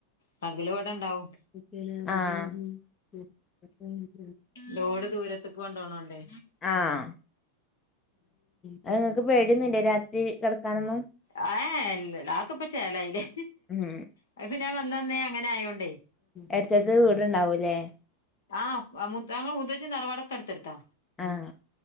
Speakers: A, on the left (about 65°); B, on the left (about 20°).
A: പകൽ ഇവ്ടെ ഉണ്ടാവും
B: ആഹ്
A: ലോഡ് ദൂരത്ത്ക്ക് കൊണ്ടുപോണോണ്ടെ
B: ആഹ് അത് നിങ്ങൾക്ക് പേടി ഒന്നുല്ലെ രാത്രി കെടക്കാനൊന്നും
A: ആഹ് ഇല്ല ഇല്ല അത്കിപ്പോ ചേലായില്ലെ
B: ഉം
A: അത് പിന്നെ ഞാൻ വന്നന്നേ അങ്ങനെ ആയോണ്ടേ
B: എടുത്തടുത്ത് വീട്ണ്ടാവൂല്ലെ
A: ആഹ് അങ്ങൾ മൂത്തച്ചിം തറവാാടൊക്കെ അടുത്തടുത്താ
B: ആഹ്